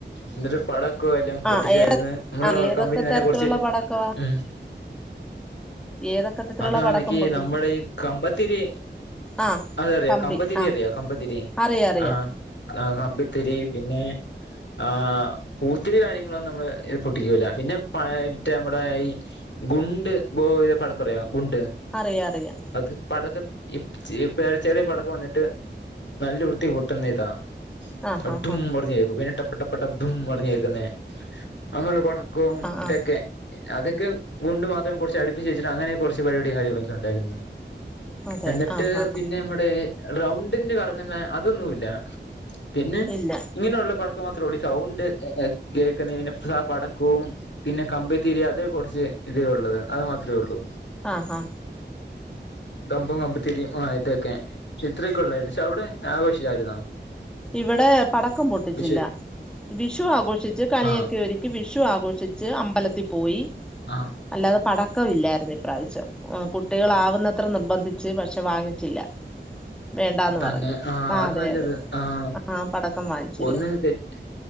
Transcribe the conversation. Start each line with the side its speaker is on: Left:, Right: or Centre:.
Left: എന്നിട്ട് പട ക്കോം എല്ലാം പൊട്ടിച്ചാര്ന്ന്.
Centre: ആഹ് ഏത
Left: നമ്മുടെ
Centre: ആഹ് ഏതൊക്കെ
Left: കമ്പനി തന്നെ
Centre: തരത്തിലുള്ള
Left: കുറച്ചപേര്
Centre: പടക്കവാ
Left: ഉം
Centre: ഏതൊക്കെ തരത്തിലുള്ള
Left: അതാന്നെകി
Centre: പടക്കം പൊട്ടിച്ച്
Left: നമ്മടെ ഈ കമ്പത്തിരി
Centre: ആഹ്
Left: അതറിയോ?
Centre: കമ്പി
Left: കമ്പത്തിരി
Centre: ആഹ്
Left: അറിയോ കമ്പത്തിരി?
Centre: അറിയാം അറിയാം
Left: ആഹ് ആഹ് കമ്പിത്തിരി പിന്നെ ആഹ് പൂത്തിരി കാര്യങ്ങളൊന്നും നമ്മള് ഈ പൊട്ടിക്കുല്ല. പിന്നെ പഴ മറ്റേ നമ്മടെ ഈ ഗുണ്ട് ബോ ഇത പടക്കറിയാമോ? ഗുണ്ട്
Centre: അറിയാ അറിയാ
Left: അത് പടക്ക ഈ ഇപ്പ ചെറ്യ പടക്ക വന്നിട്ട് നല്ല വൃത്തിക്ക് പൊട്ടുന്ന ഇതാ
Centre: ആഹ്
Left: ട്ടടും
Centre: ആഹ് ആഹ്
Left: പറഞ്ഞു കേക്കും. പിന്നെ ടപ്പ ടപ്പ ടപ്പ്ടും പറിഞ്ഞു കേക്കുന്നേ അങ്ങുള്ള പടക്കവും
Centre: ആഹ്
Left: ഇതൊക്കെ
Centre: ആഹ്
Left: അതൊക്കെ ഗുണ്ട് മാത്രം കൊറച്ച് അടുപ്പിച്ച് വച്ചിട്ട് അങ്ങനെ കൊറച്ച് പരിപാടിയും കാര്യങ്ങളൊക്കെ ഉണ്ടായിരുന്നു.
Centre: അതെ
Left: എന്നിട്ട്
Centre: ആഹ് ആഹ്
Left: പിന്നെ നമ്മടെ റൗണ്ടില്ല് കറങ്ങുന്ന അതൊന്നുമില്ല പിന്നെ
Centre: ഇല്ല
Left: ഇങ്ങനെയുള്ള പടക്കം മാത്രേ ഉള്ളൂ. സൗണ്ട് ഏഹ് കേക്കുന്ന പിന്നെ ഹാ പടക്കവും പിന്നെ കമ്പിത്തീരി അത് കൊടച്ച് ഇതേ ഉള്ളത്. അത് മാത്രമേ ഉള്ളൂ
Centre: ആഹ് ആഹ
Left: കമ്പും കമ്പുത്തിരിയും ആ ഇതൊക്കെ. പക്ഷേ ഇത്രൊക്ക ഉള്ളായിരുന്നു. പക്ഷേ അവിടെ ആഘോഷിച്ചായിരുന്നോ?
Centre: ഇവടെ പടക്കം പൊട്ടിച്ചില്ല.
Left: വിഷു
Centre: വിഷു ആഘോഷിച്ച് കണിയൊക്കെ
Left: ആ
Centre: ഒരു ക്കി വിഷു ആഘോഷിച്ച് അമ്പലത്തി പോയി
Left: ആഹ്
Centre: അല്ലാതെ പടക്കം ഇല്ലായിരുന്നു ഈ പ്രാവശ്യം ഓഹ് കുട്ടികൾ ആവുന്നത്ര നിർബന്ധിച്ച് പക്ഷേ വാങ്ങിച്ചില്ല വേണ്ടാന്ന്
Left: തന്നെ
Centre: പറഞ്ഞു
Left: ആഹ്
Centre: ആ
Left: അത്
Centre: അതെ
Left: നല്ലത്
Centre: അതെ
Left: ആഹ്
Centre: ആ പടക്കം വാങ്ങിച്ചില്ല
Left: ഒന്ന് തെറ്റ്